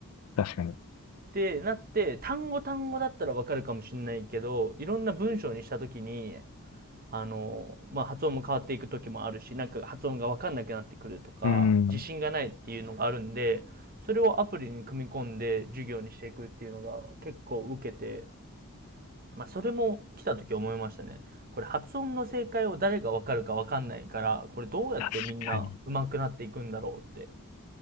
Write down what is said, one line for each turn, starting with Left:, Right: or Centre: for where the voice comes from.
Left: 確かに。
Right: てなって、単語単語だったらわかるかもしれないけど、いろんな文章にしたときに、あの、まあ、発音も変わっていく時もあるし、なんか発音がわかんなくなってくるとか、
Left: うん。
Right: 自信がないっていうのがあるんで、それをアプリに組み込んで授業にしていくっていうのが結構受けて、まあ、それも来た時思いましたね。これ発音の正解を誰がわかるかわかんないから、これどうやってみんな上手くなっていくんだろうって
Left: 確かに。